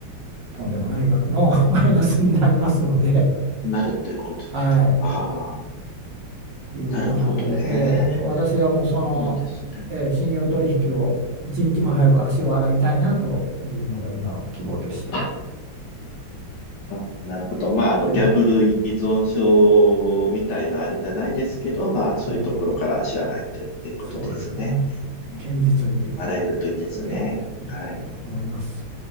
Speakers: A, on the right; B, on the left.
A: とんでもない額の <laughs>
B: うん
A: マイナスになりますので、
B: なるということ。
A: はい。
B: ああ、
A: いうことなんで、
B: なるほどね。
A: えー私はもうその、
B: そうなんですね。
A: えー信用取引を一日も早く足を洗いたいなというのが今の希望でして、
B: ああなるほど。まあ、あの、
A: はい、
B: ギャンブル依存症みたいなあれじゃないですけど、まあ、そういうところから足洗いとっていうことですね。
A: はい、そうですね、
B: うん
A: 堅実に、
B: 洗えるといいですね。
A: えーいきたいと思います。
B: はい。